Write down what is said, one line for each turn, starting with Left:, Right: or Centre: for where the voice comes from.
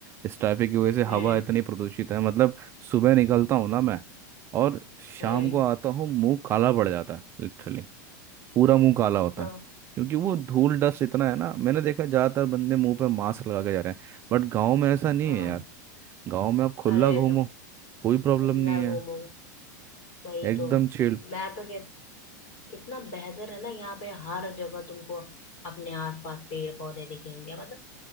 Right: इस ट्रैफिक की वजह से
Left: हम्म
Right: हवा इतनी प्रदूषित है मतलब सुबह निकलता हूँ ना मैं और शाम
Left: हम्म
Right: को आता हूँ मुंह काला पड़ जाता है लिटरली पूरा मुंह काला होता
Left: तो
Right: है क्योंकि वो धूल डस्ट इतना है ना मैंने देखा ज्यादातर बंदे मुंह पे मास्क लगा के जा रहे हैं बट गांव में ऐसा नहीं
Left: हाँ
Right: है यार गांव में आप खुला
Left: अरे
Right: घूमो
Left: एकदम
Right: कोई प्रॉब्लम
Left: कल्ला
Right: नहीं है
Left: घूमो भाई
Right: एकदम
Left: तो
Right: चिल
Left: मैं तो कह, कितना बेहतर है ना यहाँ पे हर जगह तुमको अपने आसपास पेड़ पौधे दिखेंगे मतलब